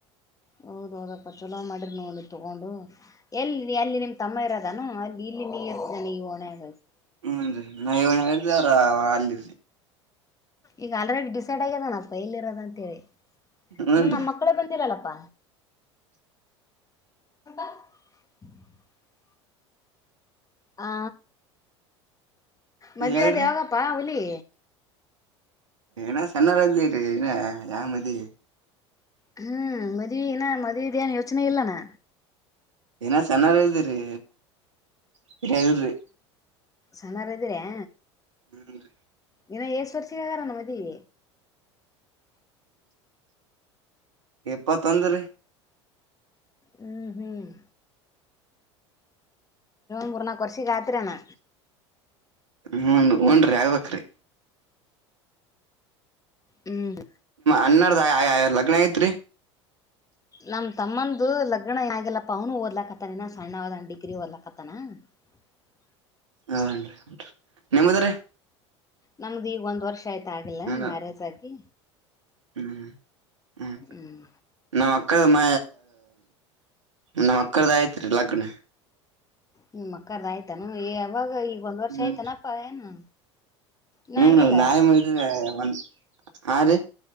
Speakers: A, on the left (about 25°); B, on the right (about 85°).
A: ಹೌದ್ ಹೌದಪ್ಪ ಚಲೋ ಮಾಡಿರ್ ನೋಡಿ ತಗೊಂಡು ಎಲ್ಲಿ ಅಲ್ಲಿ ನಿಮ್ ತಮ್ಮ ಇರದೆನು ಅಲ್ಲಿ ನೀ ಇರ್ತಿ ಅಲ ಇ ವೊನ್ಯಗ
B: ಹುನ್ರಿ ನ ಹೇಳಿನಲ ಅವ ಅಲ್ಲಿ ರಿ
A: ಈಗ ಆಲ್ರೆಡಿ ಡಿಸೈಡ್ ಆಗ್ಯದೇನಪ ಎಲ್ಲಿ ಇರೋದತೆಲಿ
B: ಹೂನ್ರಿ
A: ಇನ್ನ ನನ್ ಮಕ್ಕಳೇ ಬಂದಿಲಲಪ್ಪ <unintelligible> ಹ
B: ನಾ
A: ಮದುವದು
B: ಹೇಳ್ರಿ
A: ಯಾವಗಪ್ಪಾ ಹುಲಿ
B: ಇನ ಸಣ್ಣವ್ರ್ ಅದಿವ್ರಿ ಇನ್ನ ಯಾವ್ ಮದಿವಿ
A: ಹ್ಮ್ ಮದ್ವಿ ಇನ ಮದ್ವಿದ್ ಏನ್ ಯೋಚನೆ ಇಲ್ಲನಾ
B: ಇನ ಸಣ್ಣೋರು ಇದಿವ್ರಿ ಇನ ಇಲ್ರಿ
A: ಸ್ಣಾನ್ನೋರದಿರಾ
B: ಹುಂನ್ ರಿ
A: ಇನ್ನ ಎಸ್ ವರ್ಷ ಹೇಳ್ಯಾರ್ ಏನು ಮದವಿ
B: ಇಪ್ಪತ್ತೊಂದ್ರೀ
A: ಹ್ಮ್ ಹ್ಮ್ ಮೂರು ನಾಕು ವರ್ಷಕ್ ಆಗ್ತೀರ್ ಏನು
B: ಹ್ಞನ್ ಹನ್ರರಿ ಆಗ್ಬೇಕ್ರಿ
A: ಹ್ಮ್
B: ಅನ್ನ್ಣದು ಲಗ್ನ ಆಗೈತ್ರಿ
A: ನಮ್ ತಮ್ಮಂದು ಲಗ್ನ ಯಾಗಲ್ಲಪ್ಪ ಅವನು ಓದಲಕ್ಕತ್ತಾನನ ಸಣ್ಣ ಡಿಗ್ರ ದಲಕ್ಕತ್ತಾನ ಹ <unintelligible>
B: ಹ ಹ ಹನ್ರಿ ನಿಮ್ಮದ್ರೀ
A: ನಮ್ದ ಈಗ ಒಂದ್ ವರ್ಷ ಆಯ್ತ ಆಗಿಲ್ಲ
B: ಹ್ಮ್
A: ಮ್ಯಾರೇಜ್ ಆಗಿ
B: ಹ್ಮ್ ಹ್ಮ
A: ಹ್ಮ್
B: ನಮ ಅಕ್ಕದ ಮ ನಮ್ಮ್ ಅಕ್ಕರದ್ ಆಗೈತ್ರಿ ಲಗ್ನ
A: ನಿ ಅಕ್ಕರ್ದ ಆಯ್ತಾನ ಯವಾಗ ಈಗ ಒಂದ್ ವರ್ಷ
B: ಹ್ಮ್
A: ಆಯ್ತಾನಪ್ಪ ಏನು ಇನ್ನ
B: ಹ್ಮ್
A: ಆಗಿಲ್ಲ
B: ನಾವೇ ಮಾಡಿವ್ರಿ ಹಾ ರೀ